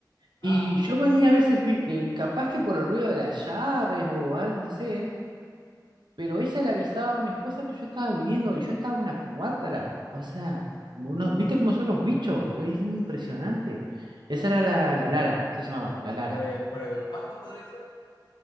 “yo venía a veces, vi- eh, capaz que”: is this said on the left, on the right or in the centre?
Right